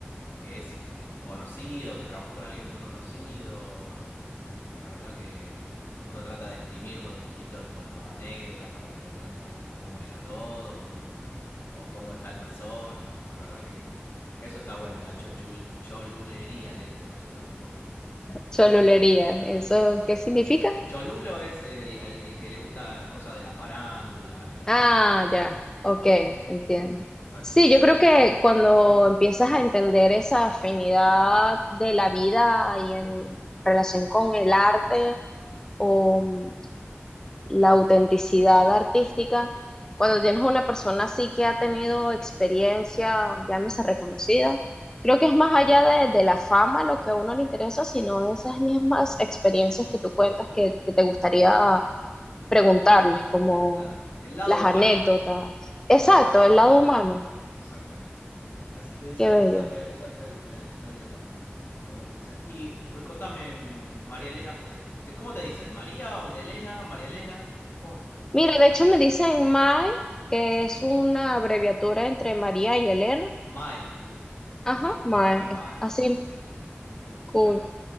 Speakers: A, on the left (about 75°); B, on the left (about 15°).
A: que es conocido, que trabajó con alguien muy conocido, este, la verdad que uno trata de exprimirlo un poquito en cuanto a anécdotas para que le cuente cómo, cómo era todo, cómo, o cómo es tal persona. La verdad que, que eso está bueno, la chochul- cholulería, le decimos nosotros un poco.
B: cholulería.
A: Cholulería.
B: ¿Eso qué significa?
A: Cholulo es el, el- el que le gusta cosas de la farándula y
B: Ah,
A: los...
B: ya, ok, entiendo.
A: Exacto.
B: Sí, yo creo que cuando empiezas a entender esa afinidad de la vida y en relación con el arte o mm, la autenticidad artística, cuando tienes una persona así que ha tenido experiencia, llámese reconocida, creo que es más allá de, de la fama lo que a uno le interesa, sino esas mismas experiencias que tú cuentas que, que te gustaría preguntarles como
A: Claro. El lado
B: las
A: humano.
B: anécdotas. Exacto,
A: Exacto,
B: el lado
A: el lado
B: humano,
A: humano. Exactamente. Así que esa,
B: qué bello.
A: esa fue, esa fue la- historia con, con los buses. Y contame, mm, María Elena, eh, ¿cómo te dicen? ¿María o de Elena? ¿María Elena? ¿Cómo te?
B: Mire, de hecho me dicen Mae, que es una abreviatura entre María y Elena.
A: Mae.
B: Ajá,
A: ¿Así?
B: Mae,
A: Ah, Mae,
B: es así,
A: buenísimo. Genial, así
B: cool.
A: ya lo.